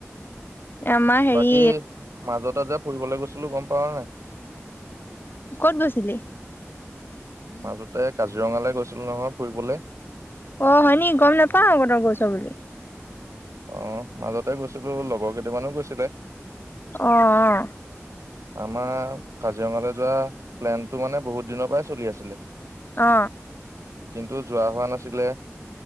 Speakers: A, on the left; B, on the right.
A: আমাৰ হেৰি
B: বাকী মাজতে যে ফুৰিবলে গৈছিলো গম পাওঁ নে নাই
A: ক'ত গৈছিলি?
B: মাজতে কাজিৰঙালে গৈছিলো নহয় ফুৰিবলে।
A: অ হয়নি গম নেপাওঁ আক তই গৈছ বুলি।
B: অ মাজতে গৈছিলো লগৰ কেইটামানো গৈছিলে।
A: অ অ
B: আমাৰ কাজিৰঙালে যোৱা প্লেনটো মানে বহুত দিনৰ পৰাই চলি আছিলে।
A: অ
B: কিন্তু যোৱা হোৱা নাছিলে।